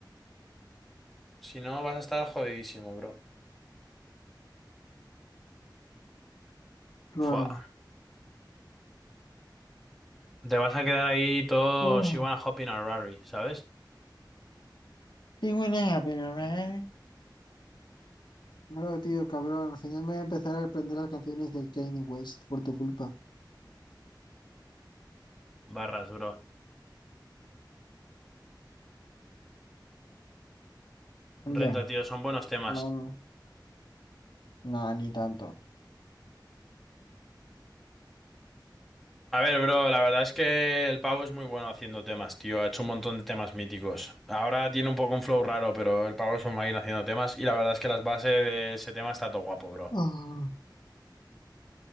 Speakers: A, in the centre; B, on the left (about 70°).
A: Si no, vas a estar jodidísimo, bro.
B: claro.
A: Fua, Te vas a quedar ahí todo
B: Uh,
A: She Wanna Hop in a Rari, ¿sabes?
B: qué buena, pero, ¿eh? Bro, tío, cabrón, al final me voy a empezar a aprender las canciones del Kanye West por tu culpa.
A: Barras, bro.
B: Ya.
A: Renta, tío, son buenos temas.
B: Claro. No, ni tanto.
A: A ver, bro, la verdad es que el pavo es muy bueno haciendo temas, tío. Ha hecho un montón de temas míticos. Ahora tiene un poco un flow raro, pero el pavo es un máquina haciendo temas. Y la verdad es que las bases de ese tema está todo guapo, bro.
B: Ah.